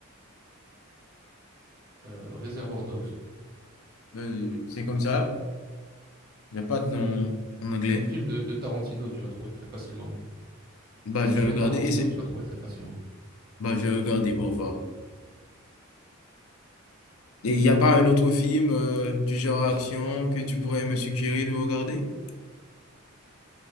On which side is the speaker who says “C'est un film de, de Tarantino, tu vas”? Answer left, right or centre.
Right